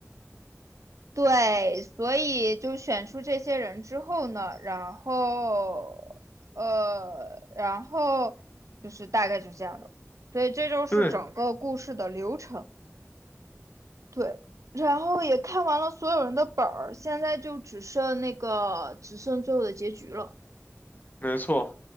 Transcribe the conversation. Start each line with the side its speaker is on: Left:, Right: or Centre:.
Right: 对，所以就选出这些人之后呢，然后，呃，然后就是大概就这样的，所以这就是整个故事的流程。
Left: 对，
Right: 对，然后也看完了所有人的本儿，现在就只剩那个，只剩最后的结局了。
Left: 没错，